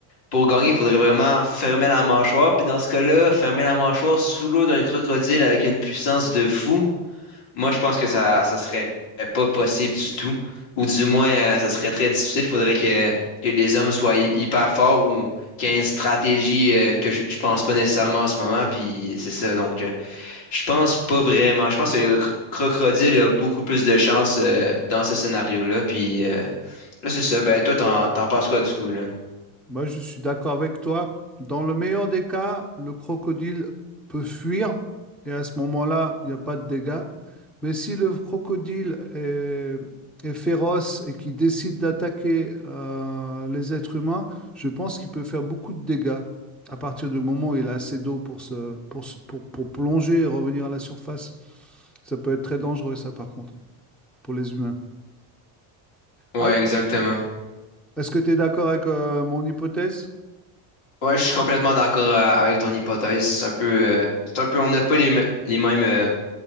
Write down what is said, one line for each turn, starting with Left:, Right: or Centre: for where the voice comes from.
Left: pour gagner, il faudrait vraiment fermer la mâchoire. Puis dans ce cas-là, fermer la mâchoire sous l'eau d'un crocodile avec une puissance de fou. Moi, je pense que ça, ça serait pas possible du tout. Ou du moins, euh, ça serait très difficile. Il faudrait que, que les hommes soient hy- hyper forts ou qu'il y ait une stratégie euh, que je, je pense pas nécessairement en ce moment. Puis c'est ça. Donc, euh, je pense pas vraiment. Je pense que le cro- Crocodile a beaucoup plus de chance euh, dans ce scénario-là. Puis euh, là, c'est ça. Ben, toi, t'en, t'en penses quoi du coup, là?
Centre: Moi, je suis d'accord avec toi. Dans le meilleur des cas, le crocodile peut fuir et à ce moment-là, il n'y a pas de dégâts. Mais si le crocodile est, est féroce et qu'il décide d'attaquer euh, les êtres humains, je pense qu'il peut faire beaucoup de dégâts à partir du moment où il a assez d'eau pour se, pour, se- pour, pour plonger et revenir à la surface. Ça peut être très dangereux, ça, par contre, pour les humains.
Left: Ouais,
Centre: Alors,
Left: exactement.
Centre: est-ce que tu es d'accord avec euh, mon hypothèse?
Left: Ouais, je suis complètement d'accord euh, avec ton hypothèse. C'est un peu, euh, c'est un peu, on n'a pas les, m- les mêmes. euh,